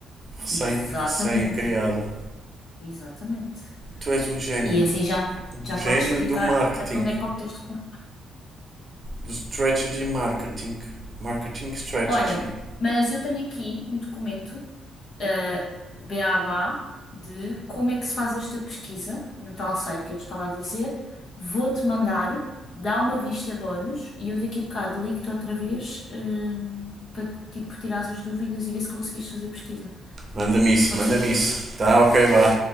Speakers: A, on the right; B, on the left.
A: recém,
B: Exatamente,
A: recém criada.
B: exatamente.
A: Tu és um gênio.
B: E assim já,
A: Um
B: já
A: gênio
B: podes explicar
A: do marketing.
B: de onde é que obteste com.
A: Do strategy marketing. Marketing strategy.
B: Olha, mas eu tenho aqui um documento, uh, BABA, de como é que se faz esta pesquisa no tal site que eu te estava a dizer. Vou-te mandar, dá uma vista de olhos e eu daqui a bocado ligo-te outra vez, hum, para tipo, tirar as dúvidas e ver se conseguiste fazer pesquisa.
A: Manda-me isso,
B: Pode
A: manda-me
B: ser?
A: isso. Tá, ok, vá.